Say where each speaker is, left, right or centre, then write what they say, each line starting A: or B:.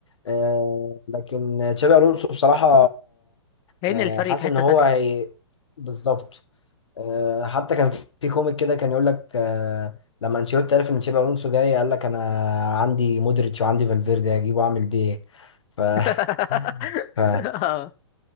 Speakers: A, on the left; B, on the left.
A: آه، لكن تشابي ألونسو بصراحة
B: لان
A: آه،
B: الفريق
A: حاسس
B: في
A: إن
B: حته
A: هو
B: تانية
A: هي بالظبط آه، حتى كان في كوميك كده كان يقول لك آه، لما أنشيلوتي عرف إن تشابي ألونسو جاي قال لك أنا عندي مودريتش وعندي فالفيردي هجيبه وأعمل بيه إيه؟ ف
B: <laughs>
A: <laughs> ف
B: اه